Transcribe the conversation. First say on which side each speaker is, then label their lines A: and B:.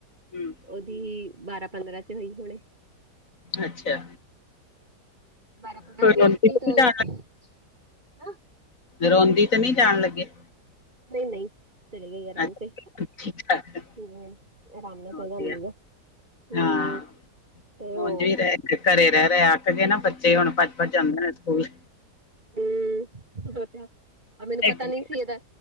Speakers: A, on the left; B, on the right.
A: ਹੂੰ
B: ਉਹਦੀ ਬਾਰਾਂ ਪੰਦਰਾਂ ਚ ਹੋਈ ਹੁਣੇ,
A: ਅੱਛਾ,
B: ਬਾਰਾਂ ਪੰਦਰਾਂ
A: ਕੋਈ
B: ਚ ਵਈ
A: ਰੋਂਦੀ
B: ਸੀਤੀ
A: ਤੇ
B: <unintelligible>
A: ਨੀ ਜਾਣ ਰੋਂਦੀ ਤਾਂ ਨਹੀਂ ਜਾਣ ਲੱਗੇ,
B: ਨਹੀਂ-ਨਹੀਂ ਚਲੀ ਗਈ ਆਰਾਮ
A: ਅੱਛਾ
B: ਤੇ।
A: ਠੀਕ-ਠਾਕ
B: ਹੂੰ ਰਾਮ ਨਾਲ
A: ਵਧੀਆ।
B: <unintelligible>
A: ਹਾਂ
B: ਤੇ ਉਹ,
A: ਉਂਝ ਵੀ ਰਹਿ ਘਰੇ ਰਹਿ ਰਹੇ ਅੱਕ ਕੇ ਨਾ ਬੱਚੇ ਹੁਣ ਭੱਜ- ਭੱਜ ਜਾਂਦੇ ਨੇ ਸਕੂਲ
B: ਹੂੰ ਮੈਨੂੰ ਪਤਾ
A: ਇੱਕ ਮਿੰਟ,
B: ਨੀ ਸੀ ਇਹਦਾ